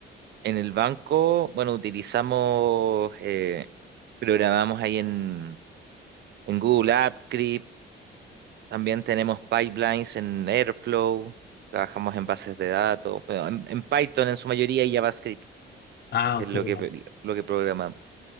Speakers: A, on the right; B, on the left.
A: en el banco, bueno, utilizamos, eh, programamos ahí en, en Google App, Script, también tenemos pipelines en Airflow, trabajamos en bases de datos, bueno, en, en Python en su mayoría y JavaScript
B: Ah,
A: es
B: ok.
A: lo que,
B: dale.
A: lo que programamos.